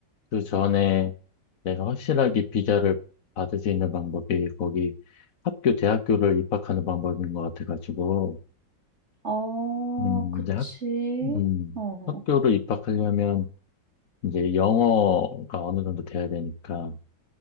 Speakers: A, on the left; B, on the right.
A: 그 전에 내가 확실하게 비자를 받을 수 있는 방법이 거기 학교, 대학교를 입학하는 방법인 것 같아가지고,
B: 어,
A: 음,
B: 그치.
A: 이제 학, 음,
B: 어,
A: 학교를 입학하려면 이제 영어가 어느 정도 돼야 되니까,